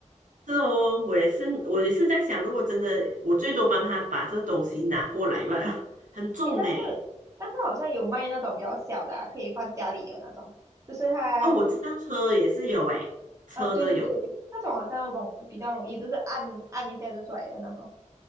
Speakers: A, on the right; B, on the right.
A: 是哦，我也是，我也是在想，如果真的，我最多帮他把这东西拿过来吧，<laughs> 很重诶。
B: 诶，但是但是好像有卖那种比较小的啊可以放家里的那种，就是它
A: 哦，我知道车也是有诶，车的有，
B: 啊，对对对，那种好像容比较容易，就是按按一下就出来的那种。